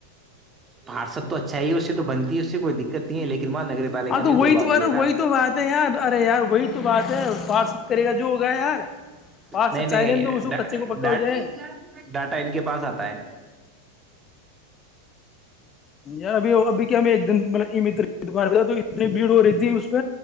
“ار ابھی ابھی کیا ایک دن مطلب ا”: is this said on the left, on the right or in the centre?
Left